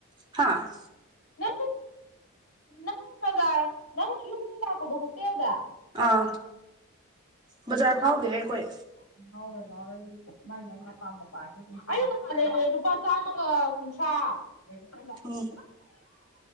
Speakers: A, on the right; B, on the left.
A: ꯍꯥꯥ
B: ꯅꯪ ꯅꯪ ꯕꯖꯥꯔ ꯅꯪ ꯌꯨꯝꯗꯩ ꯂꯥꯛꯄꯗꯣ ꯍꯣꯁꯇꯦꯜꯗ
A: ꯑꯥ ꯕꯖꯥꯔ ꯐꯥꯎꯗꯦꯍꯦ ꯑꯩꯈꯣꯏ
B: ꯎꯝ ꯉꯥꯎꯔꯣꯏ ꯉꯥꯎꯔꯣꯏ ꯃꯥꯏ ꯃꯥꯏ ꯃꯄꯥ ꯃꯄꯥꯖꯦ ꯑꯗꯨꯝ ꯑꯩ ꯉꯍꯥꯟ ꯂꯩꯔꯛꯑꯦ ꯂꯨꯄꯥ ꯆꯥꯝꯃꯒ ꯀꯨꯟꯊ꯭ꯔꯥ <unintelligible>
A: ꯎꯝ